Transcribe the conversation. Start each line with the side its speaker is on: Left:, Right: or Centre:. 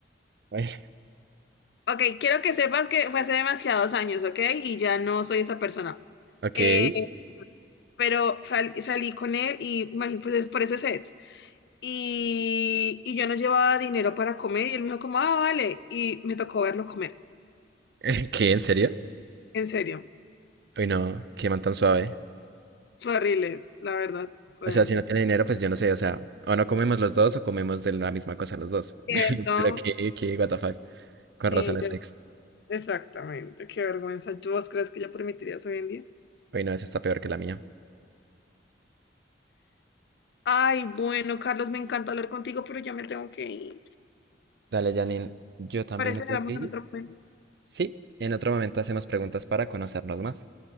Right: A ver,
Left: Ok, quiero que sepas que fue hace demasiados años, ¿ok? Y ya no soy esa persona.
Right: ok.
Left: Eh, pero sal- salí con él y imagín- pues es por ese set. Y, y yo no llevaba dinero para comer y él me dijo como, ah, vale. Y me tocó verlo comer.
Right: <laughs> ¿Qué? ¿En serio?
Left: En serio.
Right: Uy, no, qué man tan suave.
Left: Fue horrible, la verdad. Fue
Right: O sea, si no tiene dinero, pues yo no sé, o sea, o no comemos los dos o comemos de la misma cosa los dos.
Left: cierto.
Right: <laughs> Pero qué, qué, what the fuck, con
Left: Sí,
Right: razones
Left: yo-
Right: ex.
Left: exactamente. Qué vergüenza. ¿Tú vos crees que yo permitiría hoy en día?
Right: Uy, no, esa está peor que la mía.
Left: Ay, bueno, Carlos, me encanta hablar contigo, pero ya me tengo que ir.
Right: Dale, Janine, yo también
Left: Parece
Right: me tengo
Left: que hablamos
Right: que ir.
Left: en otro momento.
Right: Sí, en otro momento hacemos preguntas para conocernos más.